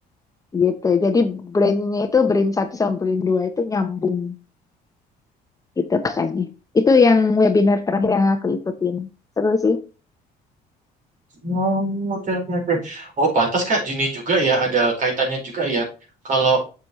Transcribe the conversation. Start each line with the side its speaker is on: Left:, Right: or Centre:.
Left: gitu jadi brainnya itu brain satu sama brain dua itu nyambung gitu katanya itu yang webinar terakhir yang aku ikutin seru sih
Right: Oh, oke oke oke. Oh, pantas Kak Juni juga ya ada kaitannya juga ya. Kalau